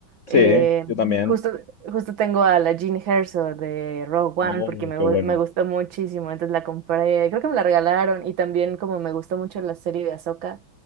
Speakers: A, on the left; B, on the right.
A: Sí,
B: eh,
A: yo también.
B: justo Justo tengo a la Jean Herzog de Rogue One
A: Oh,
B: porque me,
A: qué
B: gu-
A: bueno,
B: me gustó muchísimo, entonces la compré, creo que me la regalaron y también como me gustó mucho la serie de Ahsoka,